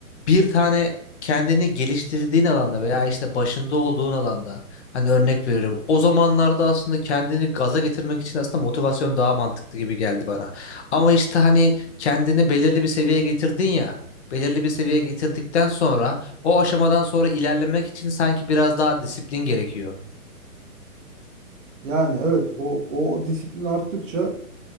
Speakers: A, on the left; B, on the right.
A: bir tane kendini geliştirdiğin alanda veya işte başında olduğun alanda hani örnek veriyorum. O zamanlarda aslında kendini gaza getirmek için aslında motivasyon daha mantıklı gibi geldi bana. Ama işte hani kendini belirli bir seviyeye getirdin ya belirli bir seviyeye getirdikten sonra o aşamadan sonra ilerlemek için sanki biraz daha disiplin gerekiyor.
B: Yani evet o, o disiplin arttıkça